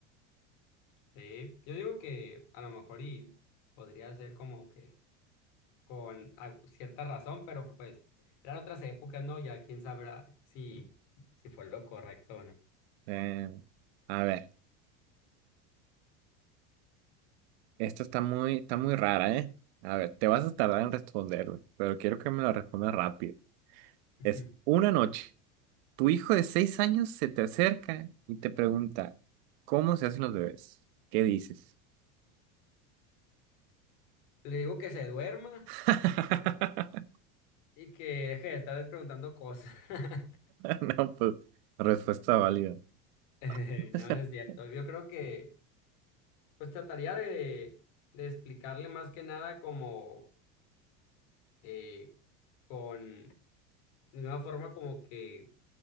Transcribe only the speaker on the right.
Eh, a ver. Esta está muy, está muy rara, ¿eh? A ver, te vas a tardar en responderla, pero quiero que me la respondas rápido.
Es
una noche. Tu hijo de seis años se te acerca y te pregunta, ¿cómo se hacen los bebés? ¿Qué dices?
<laughs>
No, pues, respuesta válida.
<laughs>